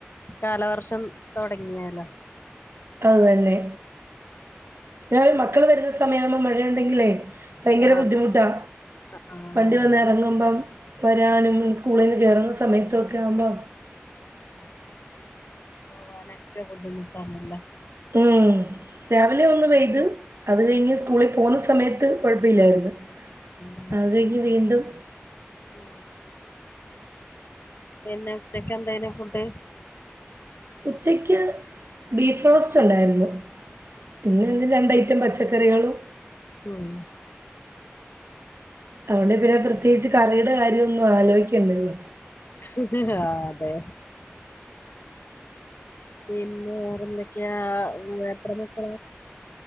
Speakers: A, on the left; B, on the right.
A: കാലവർഷം തുടങ്ങിയാലോ
B: അത് തന്നെ ഞങ്ങൾ മക്കൾ വരുന്ന സമയ ആവുമ്പോ മഴയുണ്ടെങ്കിലേ ഭയങ്കര
A: ആഹ്
B: ബുദ്ധിമുട്ടാ
A: ആഹ്
B: വണ്ടി വന്ന് ഇറങ്ങുമ്പം വരാനും സ്കൂളിൽ നിന്ന് കയറുന്ന സമയത്തൊക്കെ ആകുമ്പോ
A: ആ പോവാനൊക്കെ ബുദ്ധിമുട്ടാണലെ?
B: ഉം രാവിലെ ഒന്ന് വെയത് അത് കഴിഞ്ഞ് സ്കൂളിൽ പോകുന്ന സമയത്ത് കുഴപ്പല്ലായിരുന്നു.
A: ഉം
B: ആഗ്രി വീണ്ടും
A: ഓ പിന്നെ ഉച്ചയ്ക്ക് എന്തന ഫുഡ്
B: ഉച്ചക്ക് ബീഫ് റോസ്റ്റ് ഉണ്ടായിരുന്നു. പിന്നെ എന്താ രണ്ട് ഐറ്റം പച്ചക്കറികളും.
A: ഉം
B: അതുകൊണ്ട് പിന്നെ പ്രത്യേകിച്ച് കറിയുടെ കാര്യം ഒന്നും ആലോയിക്കണ്ടല്ലോ.
A: ആഹ് അതെ പിന്നെ വേറെ എന്തൊക്കെയാ എത്ര മക്കളാ